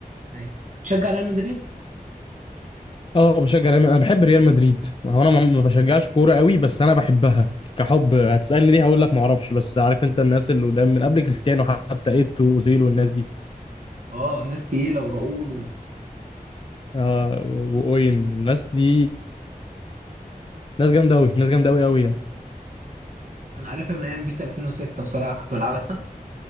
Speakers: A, on the right; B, on the left.
A: ايوه شجع ريال مدريد
B: اه بشجع ريال- انا بحب ريال مدريد هو انا ما ما بشجعش كوره قوي بس انا بحبها كحب هتسالني ليه هقول لك ما اعرفش بس عارف انت الناس اللي قدام من قبل كريستيانو حتى ايتو واوزيل والناس دي
A: اه ناس تقيله وراؤول و...
B: آه واوين الناس دي ناس جامده قوي ناس جامده قوي قوي يعني
A: انا عارفها من ايام بيس 2006 بصراحه كنت بلعبها